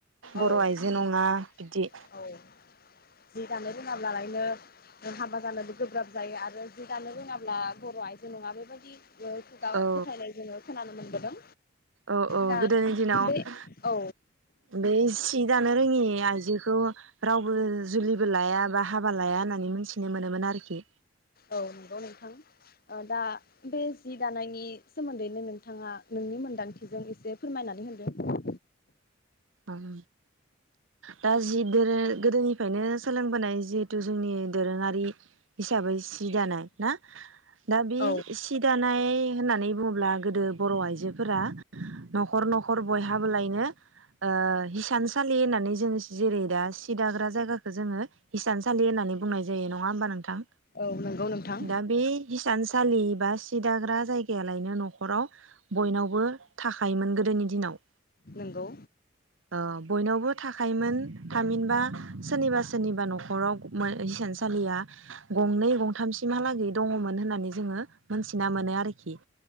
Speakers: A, on the left (about 50°); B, on the right (about 85°).
A: ओ
B: बर'
A: औ
B: आइजो नङा इब्दि
A: औ जि दानो रोंङाब्ला लायनो हाबा जानोबो गोब्राब जायो आरो जि दानो रोङाब्ला बर' आइजो नङा बेबाय दि खुगा
B: औ
A: फोथायनाय जोंङो खोनानो मोनबोदों
B: औ औ
A: दा
B: गोदोनि दिनाव
A: बे औ
B: बे सि दानो रोङि आइजोखौ रावबो जुलिबो लाया बा हाबा लाया होन ना बुंदोंमोन आरोखि
A: औ नंगौ नोंथां ओ दा बे जि दानायनि सोमोन्दैनो नोंथाङा नोंनि मोन्दांथिजों एसे फोरमायनानै होदो
B: ओम दा जिदो गोदोनिफ्रायनो सोलोंबोनाय जि थु जोंनि दोरोङारि हिसाबै सि दानाय ना दा बे
A: औ
B: सि दानाय होननानै बुङोब्ला गोदो बर' आइजोफोरा न'खर न'खर बयहाबोलायनो ओ हिसानसालि होननानै जों जेरै दा सिदाग्रा जायगाखौ जोङो हिसानसालि होननानै बुंनाय जायो नङा होमबा नों थां
A: औ नंगौ नोंथां
B: दा बे हिसान सालि बा सि दाग्रा जायगायालायनो न'खराव बयनावबो थाखायोमोन गोदोनि दिनाव
A: नोंगौ
B: अ बयनावबो थाखायोमोन थामिनबा सोरनिबा सोरनिबा न'खराव हिसानसालिया गंनै गंथामसिमहालागै दङमोन होननानै जोङो मोनथिना मोनो आरोखि